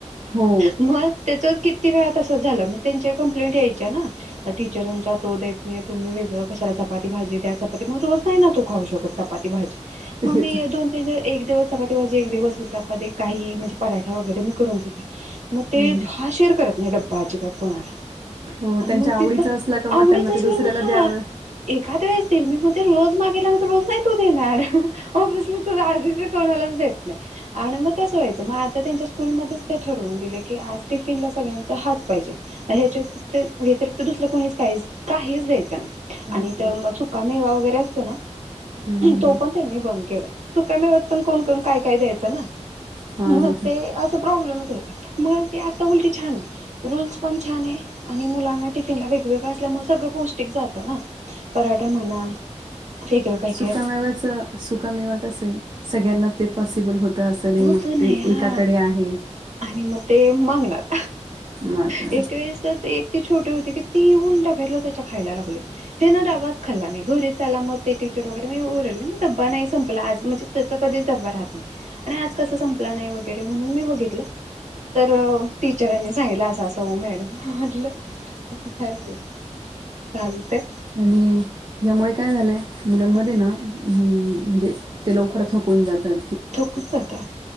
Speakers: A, on the right; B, on the right.
A: हो
B: म तेच किती वेळा तसच झाल त्यांच्या कंप्लेंट यायच्या ना टीचरांच्या तो देत नाही तुम्ही वेगळ कशाला चपाती भाज चपाती मग रोज नाही तो खऊ शकत चपाती भाजी
A: तेच
B: मग मी दोन तीन दिवस एक दिवस चपाती भाजी एक दिवस उत्तप्पा दे काही म्हणजे पराठा वगैरे मी करून देते मग ते
A: हम्म,
B: हा शेअर करत नाही डब्बा अजिबात कोणाला
A: हो
B: आणि
A: त्यांच्या
B: मग
A: आवडीचा
B: तिथ
A: असला का मग
B: आवडच
A: त्यांना
B: असलं
A: ते दुसऱ्याला
B: ना हा
A: द्यावं
B: एखाद वेळेस देईल मी मग ते रोज मागेला रोज नाही तो देनार ऑबेसली तो आजी चे कोणालाच देत नाही अन म तसं व्हायचं मग आता त्यांच्या स्कूलमध्येच ते ठरवून दिलं की आज टिफिनला सगळ्यांचा हाच पाहिजे म हेच्या व्यतिरिक्त व्यतिरिक्त दुसरं कोणीच काहीच काहीच दयचं नाही
A: काहीच
B: आणि
A: नाही
B: सुका मेवा वगैरे असतो ना
A: हम्म, हम्म,
B: तो
A: हम्म.
B: पण त्यांनी बंद केला. सुका मेव्यात पण कोण कोण काय काय द्यायचं ना
A: हा
B: मग
A: हा हा
B: ते असं प्रॉब्लेमच यायचा मग ते आता उलटी छाने रूल्स पण छाने आणि मुलांना टिफिनला वेगवेगळं असल्यामुळे सगळं पौष्टिक जात ना पराठा म्हणा वेगळ काही
A: सुका मेव्याच सुका मेवा कसंये सगळ्यांनाच ते पॉसिबल होतं असं
B: होत
A: मग
B: नाही
A: ते
B: हा
A: एकाकडे आहे
B: आणि म ते मागणार
A: मागणार
B: एक वेळेस त एक ती छोटी होती ती येऊन डब्यातले त्याचं खायला लागते. यांन डबाच खाल्ला नाही. घरी चला मग ते टीचर वगैरे ते ओरडले. नाही संपला आज म्हणजे त्याचा कधी डबा राहत नाही. आणि आज कस संपला नाही वगैरे म्हणून मी बघितलं. तर टीचरांनी सांगितला अस असं ओ मॅडम. म्हटलं आता काय ब चाललेय.
A: आणि यामुळे काय झालंय मुलांमध्ये
B: हा
A: ना, अम्म म्हणजे ते लवकर थकून जातात.
B: थकूस जातात.